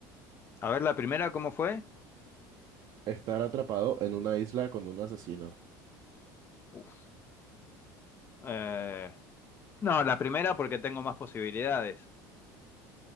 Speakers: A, on the left; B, on the right.
A: A ver, la primera, ¿cómo fue?
B: Estar atrapado en una isla con un asesino.
A: Uf. Eh, no, la primera porque tengo más posibilidades.